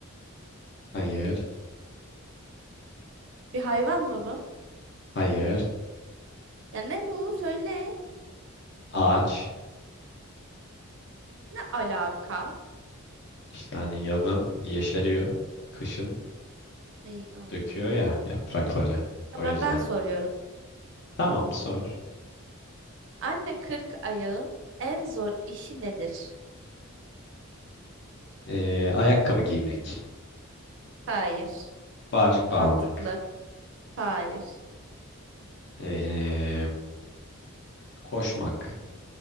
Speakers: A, on the left (about 50°); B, on the right (about 55°).
A: Hayır.
B: Bir hayvan mı bu?
A: Hayır.
B: Ya ne bu? Söyle.
A: Ağaç
B: Ne alaka?
A: işte hani yazın yeşeriyor, kışın
B: Ne, Allah.
A: döküyor ya yaprakları.
B: Tamam
A: O yüzden.
B: ben soruyorum.
A: Tamam sor.
B: Anne kırk ayağın en zor işi nedir?
A: Ee, ayakkabı giymek,
B: Hayır.
A: bağcık bağlamak,
B: Mantıklı. Hayır.
A: ee, koşmak.